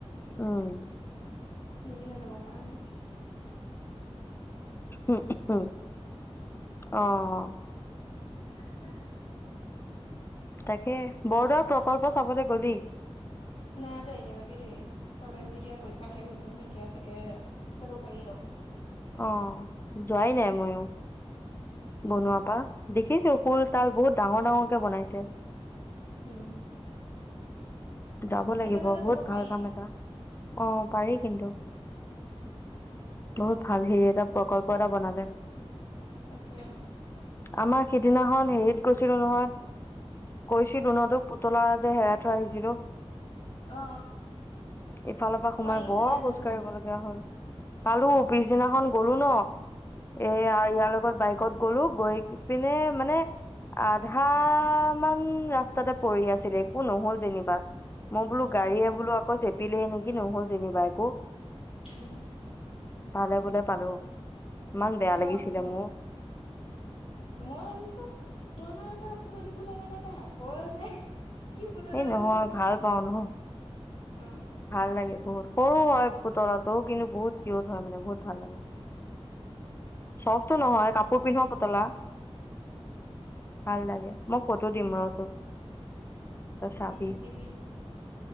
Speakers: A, on the left; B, on the left.
A: উম
B: নিজহে যাব পাৰা নাই
A: উ উম অ'।
B: আহ <unintelligible>
A: তাকে বৰদোৱা প্ৰকল্প চাবলৈ গলি
B: নাই যোৱা এতিয়ালৈকে দেই, কলেজত যেতিয়া পৰীক্ষা শেষ হৈছে নহয়, এতিয়া চাগে যাব পাৰি অ'।
A: অ', যোৱাই নাই মইয়ো,
B: উম
A: বনোৱাৰ পৰা। দেখিছো হুল তাল বহুত ডাঙৰ ডাঙৰকে বনাইছে
B: উম
A: যাব লাগিব
B: একেলগে
A: বহুত
B: যাব
A: ভাল
B: পাৰি
A: কাম এটা অ পাৰি কিন্তু।
B: উম
A: বহুত ভাল, হেৰি এটা প্ৰকল্প এটা বনালে।
B: তাকে
A: আমাৰ সিদিনাখন হেৰিত গৈছিলো নহয় কৈছিল
B: ক'ত
A: ন তোক পুতলা যে হেৰাই থৈ আহিছিলো।
B: অ
A: ইফালৰ পৰা সোমাই
B: পালি
A: বৰ
B: নে নাই সেইটো
A: খোজ কাঢ়িব লগীয়া হল। পালো, পিছদিনাখন গলো ন।
B: উম
A: এ আৰু ইয়াৰ লগত বাইকত গ'লো গৈ পিনে মানে আধা মান ৰাস্তাতে পৰি আছিলে একো নহল যেনিবা মই বোলো গাড়ীয়ে
B: উম
A: বলো আকৌ চে পিলে নেকি নহল জেনী বা একো
B: উম।
A: ভালে বোলে পালো ইমান বেয়া
B: হব
A: লাগিছিলে মোৰ
B: মই ভাবিছো পুতলা এটা তলিব লগা নাই ত আকৌ যে কি পুতলা
A: এই নহয়
B: বোলো সেইটো
A: ভাল পাওঁ নহ
B: অ
A: ভাল লাগে বহুত সৰু হয় পুতলাটো কিন্তু বহুত কিউট হয় মানে বহুত ভাল লাগে চফ্টো নহয় কাপোৰ
B: উম
A: পিন্ধো পুতলা ভাল লাগে মই ফটো দিম
B: উম
A: ৰহ তোক তই চাবি
B: উম দিবি